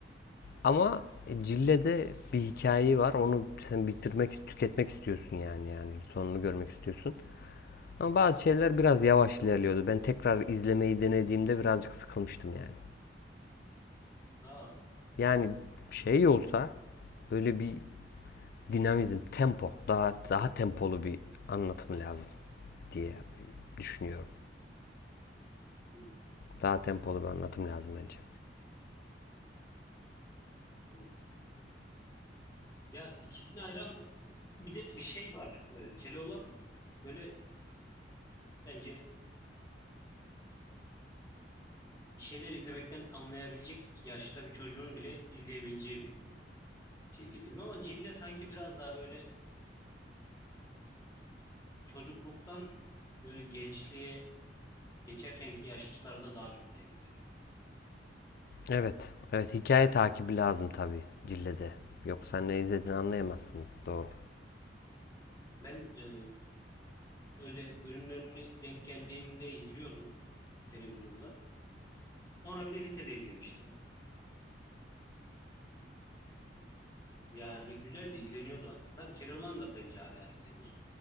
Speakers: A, on the left; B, on the left.
A: Ama e, Cille'de bir hikayeyi var. Onu sen bitirmek, tüketmek istiyorsun yani yani sonunu görmek istiyorsun. Ama bazı şeyler biraz yavaş ilerliyordu. Ben tekrar izlemeyi denediğimde birazcık sıkılmıştım yani.
B: Aa,
A: Yani şey olsa böyle bir dinamizm, tempo, daha daha tempolu bir anlatım lazım diye düşünüyorum.
B: hı. hı.
A: Daha tempolu bir anlatım lazım bence.
B: Anladım. Ya ikisini ayıran Bir de bir şey var. Ee, Keloğlan böyle bence bir şeyler izlemekten anlayabilecek yaşta bir çocuğun bile izleyebileceği bir çizgi film. Ama Cille sanki biraz daha böyle çocukluktan böyle gençliğe geçerkenki yaşlarda daha çok zevk veriyor.
A: Evet, evet hikaye takibi lazım tabii Cille'de. Yoksa ne izlediğini anlayamazsın. Doğru.
B: Ben e, öyle bölümlerini denk geldiğimde izliyordum televizyonda. Sonra bir de lisede izlemiştim. Yani güzel de izleniyordu hala. Tabii Keloğlan da bence hala izlenir.